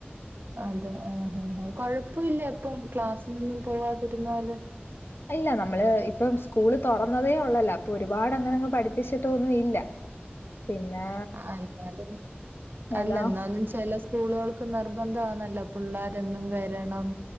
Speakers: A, on the right; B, on the left.
A: അതെ ആഹ് ആഹ് കൊഴപ്പവില്ലേ ഇപ്പം ക്ലാസ്സിനൊന്നും പോവാതിരുന്നാല്
B: ഇല്ല നമ്മള് ഇപ്പം സ്കൂള് തൊറന്നതേ ഉള്ളല്ലോ അപ്പൊ ഒരുപാട് അങ്ങനെങ്ങ് പഠിപ്പിച്ചിട്ടൊന്നും ഇല്ല
A: <inaudible>
B: പിന്നെ
A: ആ എന്നാലും അല്ല
B: ഏതാ
A: എന്നാലും ചെല സ്- സ്കൂളുകൾക്ക് നിർബന്ധണല്ലോ പിള്ളാരെന്നും വരണം